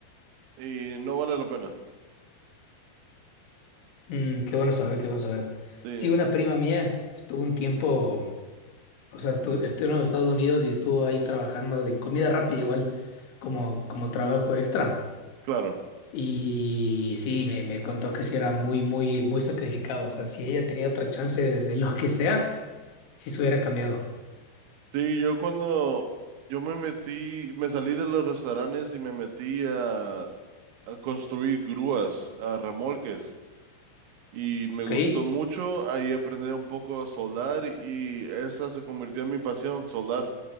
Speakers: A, on the right; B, on the left.
A: y no vale la pena.
B: Mm, qué bueno saber, qué bueno saber.
A: Sí,
B: Sí, una prima mía estuvo un tiempo, o sea, estu- estuvo en los Estados Unidos y estuvo ahí trabajando de comida rápida, igual, como, como trabajo extra.
A: claro.
B: Y sí, me, me contó que sí era muy, muy, muy sacrificado. O sea, si ella tenía otra chance de, de lo que sea, sí se hubiera cambiado.
A: Sí, yo cuando yo me metí, me salí de los restaurantes y me metí a, a construir grúas, a remolques, y me
B: ¿Ok?
A: gustó mucho. Ahí aprendí un poco a soldar y esa se convirtió en mi pasión, soldar.